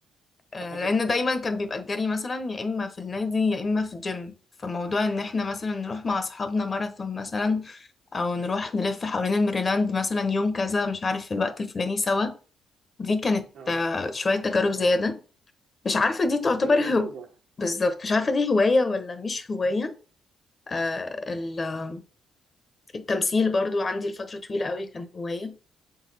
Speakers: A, on the left; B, on the right.
A: آه
B: <laughs> ايوه
A: لان دايما كان بيبقى الجري مثلا يا اما في النادي يا اما في الجيم فموضوع ان احنا مثلا نروح مع اصحابنا ماراثون مثلا او نروح نلف حوالين الميريلاند مثلا يوم كذا مش عارف في الوقت الفلاني سوا دي كانت
B: اه
A: آه، شوية تجارب زيادة مش عارفة دي تعتبر
B: بتبقى
A: هو
B: لذيذة
A: بالظبط مش عارفة دي هواية ولا مش هواية آه ال- التمثيل برضو عندي لفترة طويلة قوي كان هواية